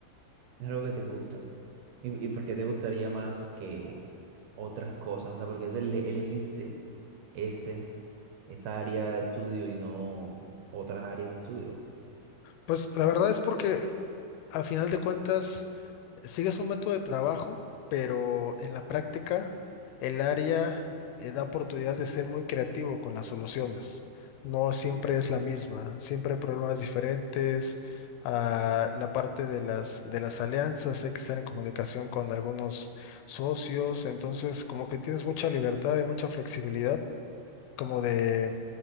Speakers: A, on the right (about 70°); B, on the left (about 80°).
A: Es algo que te gusta. ¿Y, y por qué te gustaría más que otras cosas? O sea, ¿por qué te ele- elegiste ese, esa área de estudio y no otras áreas de estudio?
B: Pues la verdad es porque a final de cuentas Sigues un método de trabajo, pero en la práctica el área eh, da oportunidad de ser muy creativo con las soluciones. No siempre es la misma, siempre hay problemas diferentes. Ah, la parte de las, de las alianzas, hay que estar en comunicación con algunos socios, entonces como que tienes mucha libertad y mucha flexibilidad como de